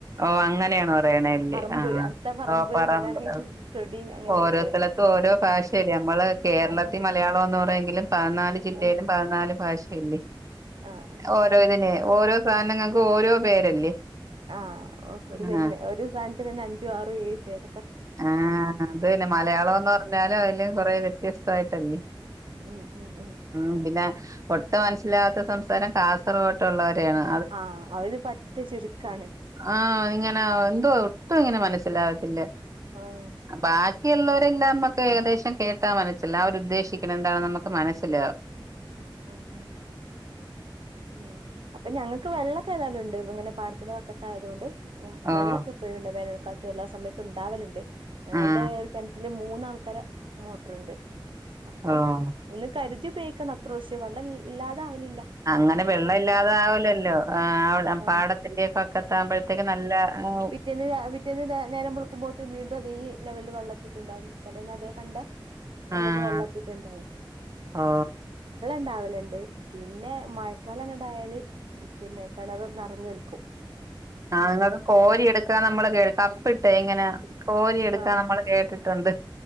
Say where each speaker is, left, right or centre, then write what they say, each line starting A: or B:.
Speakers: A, on the right (about 40°); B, on the right (about 70°).
A: ഓഹ് അങ്ങനെയാണോ പറയണ അല്ലേ
B: പറമ്പ്
A: ആഹ്.
B: അടുത്ത പറമ്പ് എന്നുള്ളതിനാണ്
A: പറാന്
B: തൊടി അങ്ങനെയാ
A: ഓരോ
B: പറയാ
A: സ്ഥലത്തും ഓരോ ഭാഷയല്ലെ, നമ്മള് കേരളത്തിൽ
B: ആഹ്
A: മലയാളം ഒന്ന് പറയെങ്കിലും. പതിന്നാല് ജില്ലയിലും
B: ആഹ്
A: പ പതിന്നാല് ഭാഷയില്ലേ
B: ആഹ്
A: ഓരോ ഇതിന് ഓരോ സാധനങ്ങൾക്ക് ഓരോ പേരല്ലേ.
B: ആഹ് ഓഹ് ഒരു
A: ആഹ്
B: പേര് ഒരു സാധനത്തിന് തന്നെ അഞ്ചു ആറ് ഏഴ് പേര
A: ആഹ് അത് പിന്നെ മലയാളം എന്ന് പറഞ്ഞാലും അതില് കൊറെ വ്യത്യസ്തമായിട്ടല്ലേ.
B: ഉം ഉ ഉ
A: ഉം പിന്നെ ഒട്ടും മനസ്സിലാവാത്ത സംസാരം കാസർഗോട്ട് ഉള്ളവരെയാണ്.
B: ആഹ് അവര് പറ്റേ ചുരുക്കാണ്.
A: ആഹ് ഇങ്ങനെ എന്തോ ഒട്ടും ഇങ്ങനെ മനസ്സിലാകത്തില്ല.
B: ആഹ്
A: ബാക്കിയുള്ളള്ളവരെല്ലാം നമ്മുക്ക് ഏകദേശം കേട്ടാൻ മനസ്സിലാവും അവർ ഉദ്ദേശിക്കണ എന്താണെന്ന് നമുക്ക് മനസ് അല്ല
B: ഉ ഉം ഉം ഉ അപ്പൊ ഞങ്ങൾക്ക് വെള്ള ഇൻക് ഏതാലുണ്ട് ഇങ്ങനെ പാടത്തിന്റെ പക്കത്ത് ആയതുകൊണ്ട് ഉ
A: ഓഹ്
B: വെള്ളൊക്കെ ഇപ്പോഴുണ്ട് വേനൽക്കാലത്തും എല്ലാ സമയത്തും ഉണ്ടാവലുണ്ട് ഞങ്ങളുടെ
A: ആഹ്
B: ഒരു കിണറ്റത്തില് മൂന്നാൾക്കാര മോട്ടറുണ്ട് അപ്പൊ
A: ഓഹ്
B: ഒന്ന് കരുതി ഉപയോഗിക്കണം. പ്രാവശ്യ വെള്ളം ഇല്ലാതെ അവലില്ല.
A: അങ്ങനെ വെള്ളം ഇല്ലാതെ ആവില്ലല്ലോ ആ
B: ആഹ്
A: പാടത്തിന്റെ വക്കത്താവുമ്പോൾ. <unintelligible> ക്ക് നല്ല മു
B: ഇല്ല ഇല്ല വീട്ടീന്ന് നേരം വെളുക്കുമ്പോത്തും വീണ്ടും അതെ ലെവലിൽ വെള്ളം എത്തിയിട്ടുണ്ടാവും. തലേന്ന് അതേ കണ്ട ലെവലിൽ
A: ആഹ്
B: വെള്ളം എത്തിട്ടുണ്ടാവും.
A: ഓ
B: ണ്ടാവലണ്ട് പിന്നെ മഴക്കാലം അങ്ങടായാല്. പിന്നെ കിണറ് നിറഞ്ഞ് ഒലിക്കും.
A: ആഹ് നിങ്ങൾക്ക് കോരി എടുക്കാൻ നമ്മള് കേ കപ്പിട്ടേ ഇങ്ങനെ കോരി എടുക്കാ
B: ആഹ്
A: നമ്മള് കേട്ടി ണ്ട്